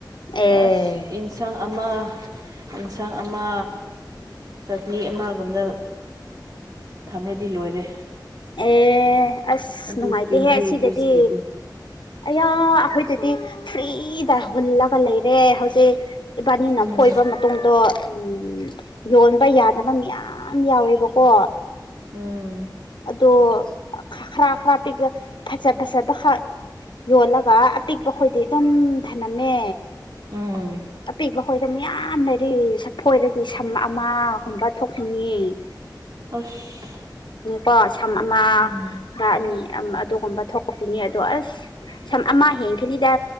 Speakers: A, on the left; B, on the right.
A: ꯑꯦ
B: ꯑꯁ ꯏꯟꯁꯥꯡ ꯑꯃ ꯑꯦꯟꯁꯥꯡ ꯑꯃ ꯆꯠꯅꯤ ꯑꯃꯒꯨꯝꯅ ꯊꯝꯂꯗꯤ ꯂꯣꯏꯔꯦ
A: ꯑꯦ ꯑꯁ
B: ꯑꯗꯨ
A: ꯅꯨꯡꯉꯥꯏꯇꯦꯍꯦ
B: ꯇ꯭ꯋꯦꯟꯇꯤ
A: ꯑꯁꯤꯗꯗꯤ
B: ꯔꯨꯄꯤꯁꯀꯤꯗꯨ
A: ꯑꯌꯥ ꯑꯩꯈꯣꯏꯗꯗꯤ ꯐ꯭ꯔꯤꯗ ꯍꯨꯜꯂꯒ ꯂꯩꯔꯦ ꯍꯧꯖꯤꯛ ꯏꯕꯥꯅꯤꯅ
B: ꯎꯝ
A: ꯐꯣꯏꯕ ꯃꯇꯨꯡꯗꯣ ꯎꯝ ꯌꯣꯟꯕ ꯌꯥꯗꯕ ꯃꯌꯥꯝ ꯌꯥꯎꯋꯦꯕꯀꯣ
B: ꯎꯝ
A: ꯑꯗꯣ ꯈꯔ ꯈꯔ ꯄꯤꯛ ꯐꯖ ꯐꯖꯠꯕ ꯌꯣꯜꯂꯒ ꯑꯄꯤꯛꯄ ꯑꯩꯈꯣꯏꯗꯤ ꯑꯗꯨꯝ ꯊꯂꯝꯝꯃꯦ
B: ꯑꯝ
A: ꯑꯄꯤꯛꯄ ꯈꯣꯏꯗ ꯃꯌꯥꯝ ꯂꯩꯔꯤ ꯍꯣꯏꯔꯗꯤ ꯁꯝ ꯑꯃꯒꯨꯝꯕ ꯊꯣꯛꯈꯤꯏ <unintelligible>
B: ꯑꯁ
A: ꯀꯣ ꯁꯝ ꯑꯃ
B: ꯎꯝ
A: ꯑꯅꯤ ꯑꯗꯨꯒꯨꯝꯕ ꯊꯣꯛꯈꯤꯅꯤ ꯑꯗꯣ ꯑꯁ ꯁꯝ ꯑꯃ ꯍꯦꯟꯈꯤꯅꯤꯗ